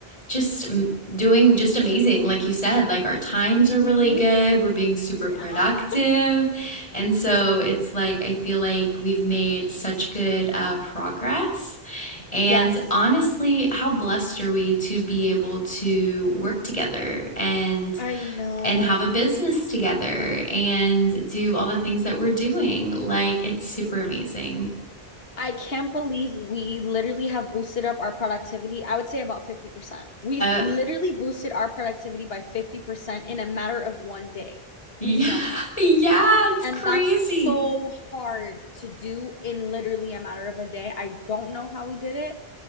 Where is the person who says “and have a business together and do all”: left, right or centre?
Left